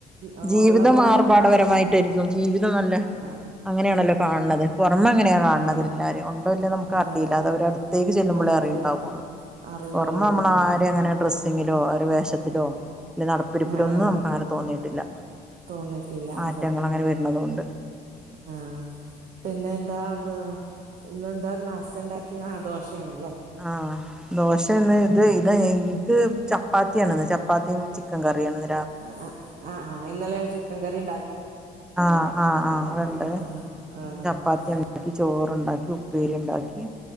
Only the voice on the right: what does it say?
അ
ഒള്ള പോലെ
ഇങ്ങനെ
ആഹ്
ഉം
അതെ അതെ
അറിയില്ല
അറിയുള്ളൂ
അതന്നെ
ആഹ്
തോന്നിട്ടില്ല
അതെ
ആഹ് പിന്നെ എന്താ ബ് ഇന്നെന്താ നാസണ്ടാക്കിയെ ആ ദോഷേണ്ല്ലേ?
ആഹ് ആഹ് ഇന്നലെ ചിക്കൻ കറി ഇണ്ടാ
ആഹ്
ആഹ്